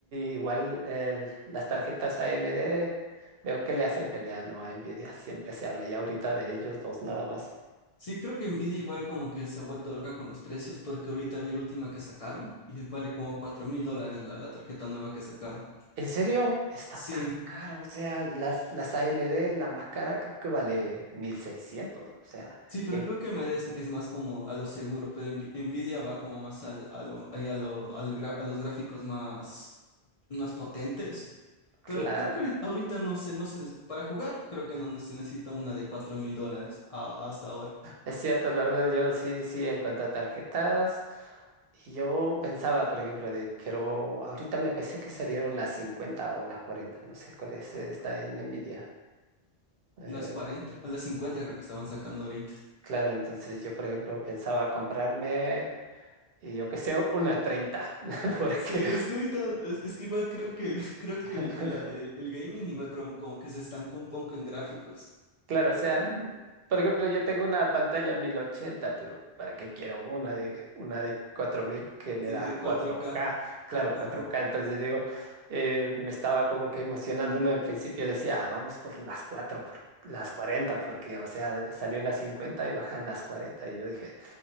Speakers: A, on the right (about 70°); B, on the left (about 45°).
A: igual el- las tarjetas AMD, veo que le hacen pelea, ¿no? A Nvidia, siempre se habla ya ahorita de ellos dos nada más.
B: Sí, creo que Nvidia igual como que se ha vuelto loca con los precios porque ahorita vi la última que sacaron y vale como 4 mil dólares la, la tarjeta nueva que sacaron.
A: ¿En serio? Está
B: Sí,
A: tan caro. O sea, las, las AMD, la más cara, creo que vale mil seiscientos, O sea,
B: sí, pero
A: y en-
B: creo que me es, es más como a lo seguro, pero Nvi- Nvidia va como más al, a lo, ahí a lo- al gra- a los gráficos más, más potentes
A: claro.
B: Pero creo que ahorita ahorita no se, no se, nece- para jugar, creo que no se necesita una de 4 mil dólares a- hasta ahora.
A: Es cierto, la verdad, yo sí, sí, en cuanto a tarjetas, yo pensaba, por ejemplo, de quiero. Ahorita me pensé que salieron las 50 o las cuarenta No sé cuál es, eh, está en Nvidia. Eh,
B: Las 40 o las 50 creo que estaban sacando ahorita.
A: claro, entonces yo, por ejemplo, pensaba comprarme, y yo que sé, una 30 <laughs> porque.
B: Sí, es que ahorita, es, es que igual creo que el, <laughs> creo que
A: <laughs>
B: el, el- el- el gaming igual como, como que se estancó un poco en gráficos.
A: Claro, o sea, por ejemplo, yo tengo una pantalla 1080, pero ¿para qué quiero una de una de 4000 que me
B: Sí,
A: da
B: de cuatro
A: cuatro
B: k
A: k Claro, cuatro
B: Ajá.
A: k Entonces digo, eh, me estaba como que emocionando, ¿no? En principio decía, "Ah, vamos por las 4, por las 40, porque, o sea, salió las 50 y bajan las cuarenta Y yo dije,